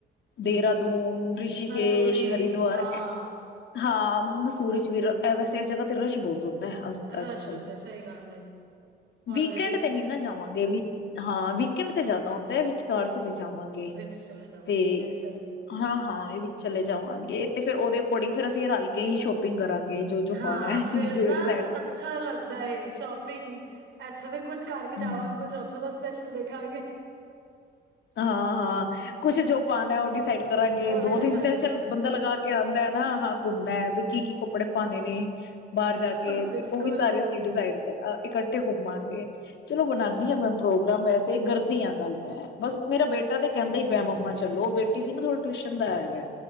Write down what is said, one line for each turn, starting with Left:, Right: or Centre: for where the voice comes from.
Left: ਦੇਹਰਾਦੂਨ ਰਿਸੀ਼ਕੇਸ਼,
Right: ਮਸੂਰੀ
Left: ਹਰਿਦਵਾਰ,
Right: ਹਾਂ
Left: ਐ ਹਾਂ ਮਸੂਰੀ ਚ ਵੀ ਰ, ਐ ਵੈਸੇ ਇਸ ਜਗ੍ਹਾ ਤੇ ਰਸ਼ ਬਹੁਤ ਹੋਂਦਾ ਐ ਅਸ ਅੱਜ
Right: ਰਸ਼
Left: ਕੱਲ।
Right: ਹੁੰਦਾ ਸਹੀ ਗੱਲ ਏ। ਹੋਲੀਡੇਜ਼
Left: ਵੀਕੈਂਡ ਤੇ ਨੀ ਨਾ ਜਾਵਾਂਗੇ ਵੀ ਹਾਂ ਵੀਕੈਂਡ ਤੇ ਜਾ਼ਦਾ ਹੁੰਦੈ, ਵਿਚਕਾਰ ਚਲੇ ਜਾਵਾਂਗੇ।
Right: ਵਿੱਚ ਚਲੇ ਜਾਵਾਂਗੇ
Left: ਤੇ
Right: ਨਹੀਂ ਸਹੀ ਏ।
Left: ਹਾਂ ਹਾਂ, ਇਹ ਵਿਚ ਚਲੇ ਜਾਵਾਂਗੇ ਤੇ ਫੇਰ ਉਹਦੇ ਅਕੋਰਡਿੰਗ ਫੇਰ ਅਸੀਂ ਰਲ ਕੇ ਹੀ ਸ਼ੋਪਿੰਗ ਕਰਾਂਗੇ। ਜੋ-ਜੋ
Right: ਹਾਂ,
Left: ਪਾਣਾ ਹੈ
Right: ਫੇਰ
Left: ਜੇ
Right: ਨਾ
Left: ਡਿਸਾਈਡ
Right: ਅੱਛਾ ਲੱਗਦਾ ਏ ਸ਼ੋਪਿੰਗ ਏਥੋਂ ਵੀ ਕੁਛ ਕਰਕੇ ਜਾਵਾਂਗੇ,
Left: ਹੂੰ
Right: ਕੁੱਛ ਓਥੋਂ ਦਾ ਸਪੈਸ਼ਲ ਵੇਖਾਂਗੇ।
Left: ਹਾਂ ਹਾਂ। ਕੁਛ ਜੋ ਪਾਣਾ ਏ ਉਹ ਡਿਸਾਈਡ ਕਰਾਂਗੇ।
Right: ਉਹ ਵੀ
Left: ਦੋ ਦਿਨ
Right: ਡਿਸਾਈਡ
Left: ਤੇ ਚੱਲ
Right: ਕਰਾਂ
Left: ਬੰਦਾ ਲਗਾ ਕਿ ਆਂਦਾ ਐ ਨਾ ਆਹਾ, ਘੁੰਮਣਾ ਐ। ਵੀ ਕੀ ਕੀ ਕੱਪੜੇ ਪਾਣੇ ਨੇ। ਬਾਹਰ ਜਾ ਕੇ
Right: ਹਾਂ ਬਿਲਕੁਲ
Left: ਤੇ ਉਹ ਵੀ ਸਾਰੇ ਅਸੀਂ ਡਿਸਾਈਡ ਇਕੱਠੇ ਘੁੰਮਾਂਗੇ। ਚਲੋ ਬਣਾਉਂਦੀ ਹਾਂ। ਮੈਂ ਪ੍ਰੋਗਰਾਮ ਵੈਸੇ ਕਰਦੀ ਹਾਂ ਗੱਲ ਮੈਂ। ਬਸ ਮੇਰਾ ਬੇਟਾ ਤਾਂ ਕਹਿੰਦਾ ਹੀ ਪਿਆ। ਮੰਮਾ ਚਲੋ ਬੇਟੀ ਦੀ ਨਾ ਟਿਊਸ਼ਨ ਦਾ ਹੈਗਾ।